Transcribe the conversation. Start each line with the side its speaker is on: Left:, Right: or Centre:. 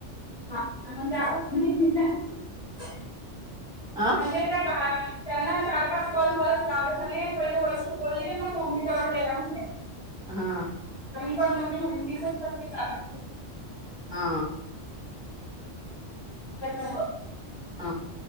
Left: हा आणि <unintelligible>
Centre: हा
Left: म्हणजे ना बा, त्यांना चार पाच कॉल मत ला म्ह वैस बोलली मग मम्मी जवड गला म्ह,
Centre: हा
Left: ण तेच तेच की चालणं,
Centre: हा,
Left: का करवा,
Centre: अ